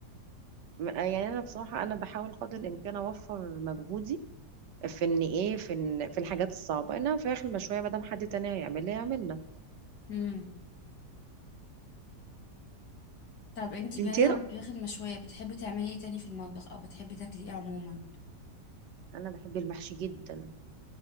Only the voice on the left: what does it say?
مم. طب انتي بعيدا
عن الفراخ المشويه بتحبي تعملي ايه تاني في المطبخ او بتحبي تاكلي ايه عموما